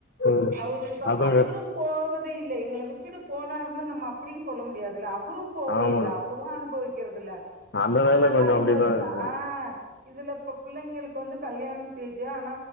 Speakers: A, on the left; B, on the right.
A: ம்
B: அவருக் இப்ப
A: அது
B: அவரும் போ பது இல்ல எங்கள விட்டுட்டு போனாருனுு நம்ம அப்டின் சொல்ல முடியாதுல அவ்ரு போறதில்ல
A: ஆமா
B: அவரு அனுபவிக்கிறதில்ல
A: அந்த
B: அதனால
A: வேல கொஞ்சோ
B: அந்த
A: அப்டிதா
B: இதுல
A: இருக்குங்க
B: ஆஹ் இதுல இப்ப பிள்ளைங்களுக்கு வந்து கல்யாண ஸ்டேஜு ஆனா